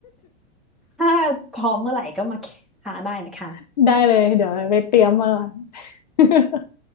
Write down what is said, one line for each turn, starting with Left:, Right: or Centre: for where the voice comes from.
Centre: ถ้าพร้อมเมื่อไหร่ก็มาท้าได้นะคะ
Left: <laughs> ได้เลยเดี๋ยวไปเตรียมมาก่อน <laughs>